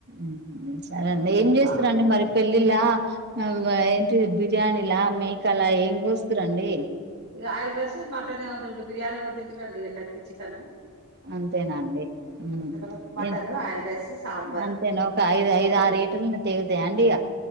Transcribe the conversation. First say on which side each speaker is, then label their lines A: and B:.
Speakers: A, on the right; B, on the right.
A: మ్మ్ఉమ్మ్ సరే అండి ఏం చేస్తారు
B: బాగుంటది
A: అండి మరి పెళ్ళిలా ఆ ఏంటిది బిర్యానీలా మేకాల ఏం కోస్తురండి
B: ఇగ ఆయిల్ రస్సు మటనే ఉంది ఇప్పుడు బిర్యానీ ఎవరు తింటరండి ఎండకి చికెను
A: అంతేనాండి ఉమ్మ్
B: కోసం మటన్
A: ఎ
B: ఆయిల్ రైస్ సాంబారు
A: అంతేనా ఒక ఐదు ఐదు
B: పెరుగు
A: ఆరు ఎటల్ను తెగుతాయండి ఇగ